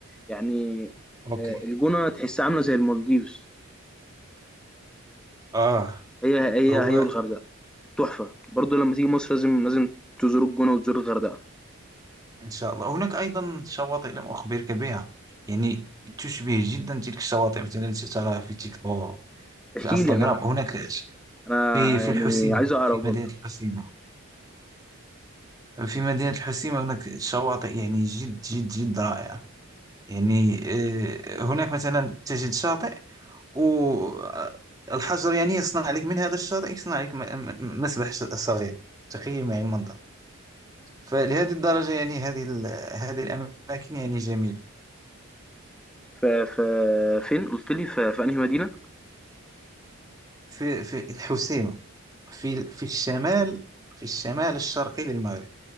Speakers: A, in the centre; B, on the right.
A: يعني
B: أوكي
A: آه، الجونة تحسها عاملة زي المالديفز
B: آه
A: هي هي
B: هو
A: هي والغردقة تحفة برضه لما تيجي مصر لازم لازم تزور الجونة وتزور الغردقة
B: إن شاء الله هناك أيضا شواطئ لم أخبرك بها يعني تشبه جدا تلك الشواطئ مثلا التي تراها في تيك توك
A: احكي
B: في انستغرام
A: لي أنا
B: هناك ش-
A: أنا
B: في في
A: يعني
B: الحسيمة
A: عايز أعرف
B: في
A: برضه
B: مدينة الحسيمة في مدينة الحسيمة هناك شواطئ يعني جد جد جد رائعة يعني آه، هناك مثلا تجد شاطئ والحجر يعني يصنع لك من هذا الشاطئ يصنع لك م- م- مسبح ش- صغير تخيل معي المنظر فلهذه الدرجة يعني هذه ال- هذه الأماكن يعني جميلة
A: ف... ف... فين قلت لي ف... في أنهي مدينة؟
B: في في الحسيمة في ال- في الشمال في الشمال الشرقي للمغرب